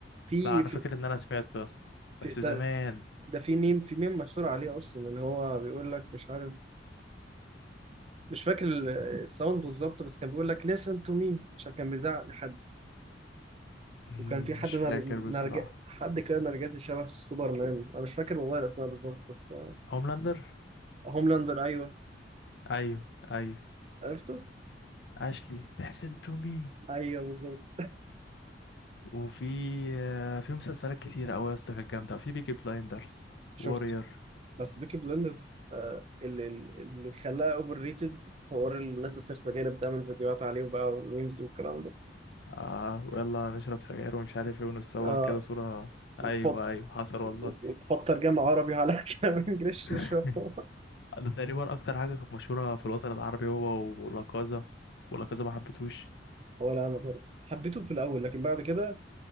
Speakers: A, on the right (about 35°); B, on the left (about 70°).
A: في
B: لا انا
A: في
B: فاكر ان انا سمعته يا اسطى
A: في
B: بس
A: ده
B: زمان
A: ده في ميم في ميم مشهور عليه أصلا اللي هو بيقول لك مش عارف مش فاكر ال- الساوند بالظبط بس كان بيقول لك listen to me عشان كان بيزعق لحد
B: مم،
A: وكان في حد
B: مش
A: نر...
B: فاكر بصراحة
A: نرج... حد كده نرجسي شبه سوبرمان أنا مش فاكر والله الأسماء بالظبط بس
B: هوملاندر
A: هوملاندر أيوه
B: ايوه ايوه
A: عرفته؟
B: اشلي تحسن تو مي
A: أيوه بالظبط
B: وفي آه، في مسلسلات كتيرة قوي يا اسطى كانت جامدة في بيكي بلايندرز
A: شفته
B: وورير
A: بس بيكي بلندرز آه، اللي اللي خلاها اوفر ريتد حوار الناس السرسجيه اللي بتعمل فيديوهات عليه بقى وميمز والكلام ده
B: اه ويلا نشرب سجاير ومش عارف ايه ونتصور
A: آه
B: كده صورة ايوه
A: تحط
B: ايوه حصل والله
A: وتحط ترجمه عربي على <laughs> كلام انجلش
B: <laughs>
A: مش فاهم.
B: ده تقريبا اكتر حاجه كانت مشهوره في الوطن العربي هو ولاكازا ولاكازا ما حبيتهوش
A: ولا انا برضه حبيته في الاول لكن بعد كده